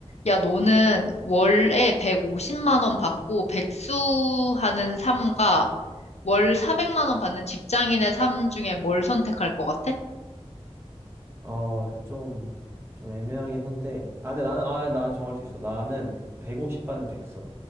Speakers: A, on the left; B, on the right.
A: 야, 너는 월에 150만 원 받고 백수하는 삶과 월 400만 원 받는 직장인의 삶 중에 뭘 선택할 것 같아?
B: 어, 좀, 좀 애매하긴 한데. 아, 근데 나는, 아, 나 정할 수 있어. 나는 150 받는 백수.